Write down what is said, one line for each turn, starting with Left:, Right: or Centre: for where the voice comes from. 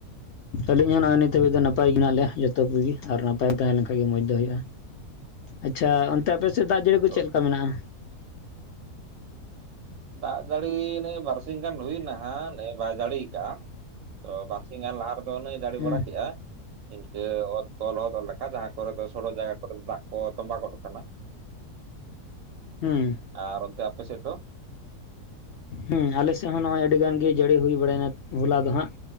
Left: ᱟᱹᱞᱤᱧ ᱦᱚᱸ ᱱᱚᱜᱼᱚᱭ ᱱᱤᱛ ᱦᱟᱹᱵᱤᱡ ᱫᱚ ᱱᱟᱯᱟᱭ ᱜᱮ ᱦᱮᱱᱟᱜ ᱞᱮᱭᱟ ᱡᱚᱛᱚ ᱠᱚᱜᱮ ᱟᱨ ᱱᱟᱯᱟᱭ ᱮᱢ ᱛᱟᱦᱮᱸ ᱞᱮᱱᱠᱟᱡ ᱜᱮ ᱢᱚᱸᱡᱽ ᱫᱚ ᱦᱩᱭᱩᱜᱼᱟ᱾ ᱟᱪᱪᱷᱟ ᱚᱱᱛᱮ ᱟᱯᱮ ᱥᱮᱫ ᱫᱟᱜ ᱡᱟᱹᱲᱤ ᱠᱚ
Right: ᱛᱚ
Left: ᱪᱮᱫᱞᱮᱠᱟ ᱢᱮᱱᱟᱜᱼᱟ?
Right: ᱫᱟᱜ ᱡᱟᱹᱲᱤ ᱱᱮᱭ ᱵᱟᱨᱥᱤᱧ ᱜᱟᱱ ᱦᱩᱭ ᱮᱱᱟ ᱦᱟᱜ, ᱱᱮ ᱵᱟᱭ ᱡᱟᱹᱲᱤ ᱠᱟᱜᱼᱟ ᱾ ᱛᱚ ᱵᱟᱨᱥᱤᱧ ᱜᱟᱱ ᱞᱟᱦᱟ ᱨᱮᱫᱚ ᱱᱟᱹᱭ ᱡᱟᱲᱤ
Left: ᱦᱩᱸ
Right: ᱵᱟᱲᱟ ᱠᱮᱜᱼᱟ᱾ ᱤᱱᱠᱟᱹ ᱚᱛ ᱠᱚ ᱞᱚᱦᱚᱫ ᱞᱮᱠᱟ ᱡᱟᱦᱟᱸ ᱠᱚᱨᱮ ᱫᱚ ᱥᱚᱲᱚᱜ ᱡᱟᱭᱜᱟ ᱠᱚᱨᱮ ᱫᱚ ᱫᱟᱜ ᱠᱚ ᱛᱚᱸᱵᱟ ᱜᱚᱫ ᱠᱟᱱᱟ ᱾
Left: ᱦᱩᱸ
Right: ᱟᱨ ᱚᱱᱛᱮ ᱟᱯᱮ ᱥᱮᱫ ᱫᱚ᱾
Left: ᱦᱮᱸ ᱟᱞᱮᱥᱮᱫ ᱦᱚᱸ ᱱᱚᱜᱼᱚᱭ ᱟᱹᱰᱤ ᱜᱟᱱ ᱜᱮ ᱡᱟᱹᱲᱤ ᱦᱩᱭ ᱵᱟᱲᱟᱭ ᱮᱱᱟ ᱦᱚᱞᱟ ᱫᱚ ᱦᱟᱸᱜ᱾